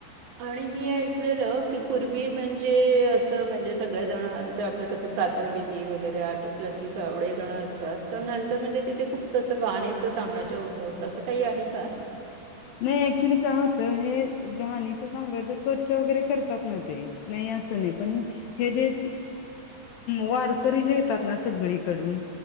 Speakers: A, on the right (about 75°); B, on the left (about 70°).
A: आणि मी ऐकलेलं की पूर्वी म्हणजे असं म्हणजे सगळ्या जणांच कसं प्रातर्वेदी वगैरे आटोपला की सावळेजणं असतात तर नंतर म्हणजे तिथे खूप तसं घाणीचं साम्राज्य होतं तसं काही आहे का?
B: नाही ऍक्च्युली काय होत हे घाणीचं साम्राज्य स्वच्छ वगैरे करतात ना ते नाही असं नाही पण हे जे वारकरी जे येतात ना सगळीकडून